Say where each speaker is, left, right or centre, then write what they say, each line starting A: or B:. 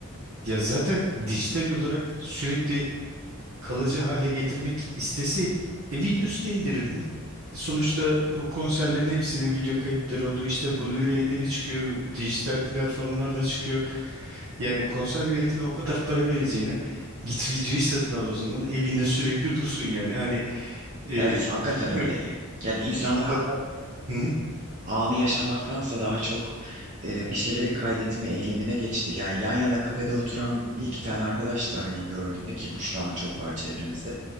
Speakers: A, on the right; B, on the right.
A: ya zaten dijital olarak sürekli kalıcı hale getirmek isteseydin e, videosunu indirirdin. Sonuçta o konserlerin hepsinin video kayıtları oluyor. İşte Blu-ray'leri çıkıyor, dijital platformlarda çıkıyor. Yani konser biletine o kadar para vereceğine git videoyu satın al o zaman. Evinde sürekli dursun yani. Hani e,
B: evet, hakikaten
A: bilmiyorum
B: öyle. Yani insanlar
A: insanlar
B: a-
A: Hı hı.
B: anı yaşamaktansa daha çok e, bir şeyleri kaydetme eğilimine geçti. Yani yan yana kafede oturan bir iki tane arkadaş da hani gördüm de ki bu şu an çok var çevremizde.